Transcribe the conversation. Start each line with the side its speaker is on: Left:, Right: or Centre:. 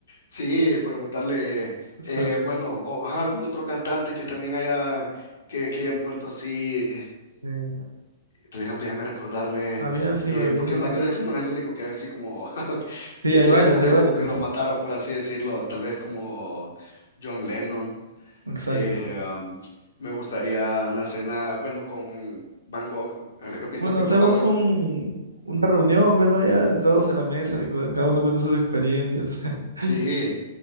Left: Sí, preguntarle,
Right: Es
Left: eh,
Right: Porque,
Left: bueno, o ajá, algún otro cantante que también haya, que, que haya muerto así,
Right: eh,
Left: Deja- Déjame recordarme,
Right: había, sí,
Left: eh,
Right: me olvidé
Left: porque
Right: su
Left: Michael
Right: nombre.
Left: Jackson no es el único que es así como, <laughs>
Right: Sí,
Left: que,
Right: hay
Left: que
Right: varios,
Left: es como
Right: hay
Left: que
Right: varios.
Left: lo, que lo mataron, por así decirlo, tal vez como John Lennon.
Right: Exacto.
Left: eh, um, me gustaría una cena, bueno, con Van Gogh, el, visto
Right: Bueno,
Left: el pintor
Right: hacemos
Left: Van Gogh.
Right: un, una reunión, bueno, ya entrados en la mesa, y cu- cada uno cuenta sus experiencias. <laughs>
Left: Sí,